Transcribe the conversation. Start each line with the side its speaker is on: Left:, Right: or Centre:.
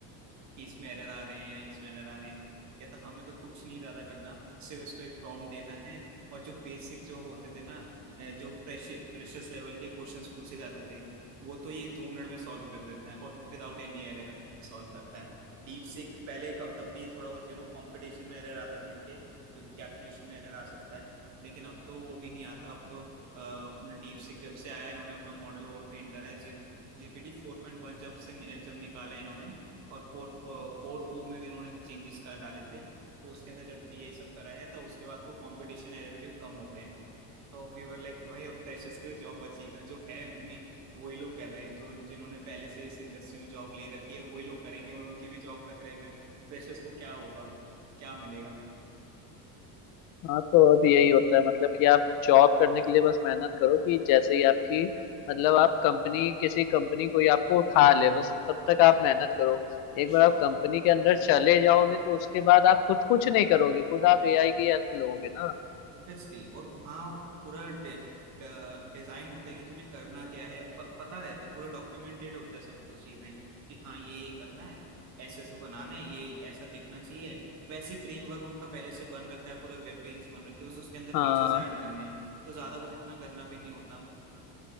Right: कि इसमें एरर आ रहे हैं या इसमें एरर आ रहे हैं कहता हमें तो कुछ नहीं ज्यादा करना सिर्फ इसको एक प्रॉम्प्ट देना है और जो बेसिक जो होते थे ना अ, जो फ्रेश फ्रेशर्स लेवल के क्वेश्चंस पूछे जाते थे वो तो ये दो मिनट में सॉल्व कर देता है और विदाउट एनी एरर सॉल्व करता है डीप सीक पहले कम तब भी थोड़ा बहुत यू नो कॉम्पिटिशन में एरर आते थे इनके क्योंकि कैलकुलेशन में एरर आ सकता है लेकिन अब तो वो भी नहीं आता अब तो डीप सीक जब से आया इन्होंने अपना मॉडल और ट्रेन करा है जी, जीपीटी फोर पॉइंट वन जब से जब निकाला इन्होंने और फोर फोर ओ में भी इन्होंने चेंजेस कर डाले थे तो उसके अंदर जब ये सब करा है तो उसके बाद तो कंपटीशन एरर भी कम हो गए हैं तो वी वर लाइक कि भाई अब फ्रेशर्स के लिए जॉब बचेगा जो है उन्हीं वही लोग कर रहे हैं जो जिन्होंने पहले से इस इंडस्ट्री में जॉब ले रखी है वही लोग करेंगे और उनकी भी जॉब खतरे में फ्रेशर्स को क्या होगा क्या मिलेगा
Left: हाँ तो अब यही होता है मतलब कि आप जॉब करने के लिए बस मेहनत करो कि जैसे ही आपकी मतलब आप कंपनी किसी कंपनी कोई आपको उठा ले बस तब तक आप मेहनत करो एक बार
Right: Sure
Left: आप कंपनी के अंदर चले जाओगे तो उसके बाद आप खुद कुछ नहीं करोगे खुद आप एआई की हेल्प लोगे ना
Right: obviously और वहाँ पूरा डे, डिजाइन होता है कि तुम्हें करना क्या है प, पता रहता है पूरा डॉक्यूमेंटेड होता है सब कुछ चीजें कि हाँ ये ये करना है ऐसे ऐसे बनाना है ये ऐसा दिखना चाहिए वैसी फ्रेमवर्क उनका पहले से बन रखा है पूरा वेब पेजेस बन रखे हैं बस उसके अंदर
Left: हाँ
Right: फीचर्स ऐड करने हैं तो ज्यादा कुछ इतना करना भी नहीं होता